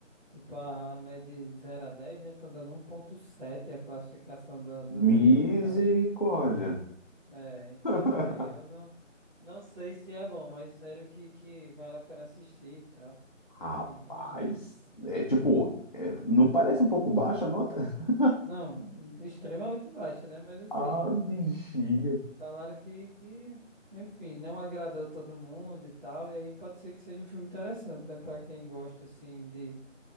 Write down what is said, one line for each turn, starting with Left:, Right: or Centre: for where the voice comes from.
Right: Tipo, a é de zero a 10, né? Tô dando um ponto sete a classificação do, do filme,
Left: Misericórdia.
Right: então. É, então,
Left: <laughs>
Right: aí eu não, não sei se é bom, mas sério que, que vale a pena assistir e tal.
Left: Rapaz,
Right: Enfim, vamos ver.
Left: é tipo, é, não parece um pouco baixa a nota? <laughs>
Right: Não, extremamente baixo, né? Mas assim,
Left: Ah, bexiga.
Right: falaram que, que, enfim, não agradou todo mundo e tal, e aí pode ser que seja um filme interessante, né? Pra quem gosta, assim, de,